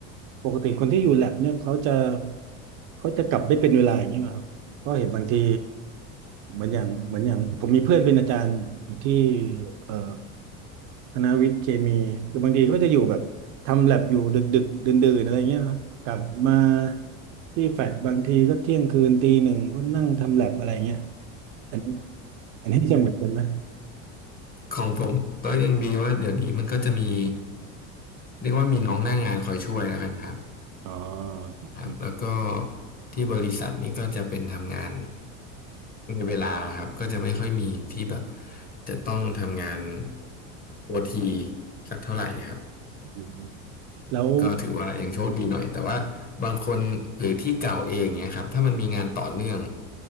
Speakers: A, on the right; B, on the left.
A: ปกติคนที่อยู่แลบเนี่ยเขาจะเขาจะกลับไม่เป็นเวลาอย่างนี้ไหมครับก็เห็นบางที เหมือนอย่างเหมือนอย่างผมมีเพื่อนเป็นอาจารย์อยู่ที่เอ่อคณะวิทย์เคมีคือบางทีก็จะอยู่แบบทำแลบอยู่ดึกดึกดื่นดื่นๆอะไรเงี้ยนะกลับมาที่แฟลตบางทีก็เที่ยงคืนตีหนึ่งก็นั่งทำแลบอะไรเงี้ยอันนี้อันนี้จะเหมือนกันไหม
B: ของผมก็ยังดีว่าเดี๋ยวนี้มันก็จะมีเรียกว่ามีน้องหน้างานคอยช่วยแล้วกันครับ
A: อ๋อ
B: ครับแล้วก็
A: อืม
B: ที่บริษัทนี้ก็จะเป็นทำงานในเวลาครับก็จะไม่ค่อยมีที่แบบจะต้องทำงานโอทีสักเท่าไหร่ครับ
A: อืมแล้ว
B: ก็ถือว่ายังโชคดีหน่อยแต่ว่าบางคนหรือที่เก่าเองเนี่ยครับถ้ามันมีงานต่อเนื่อง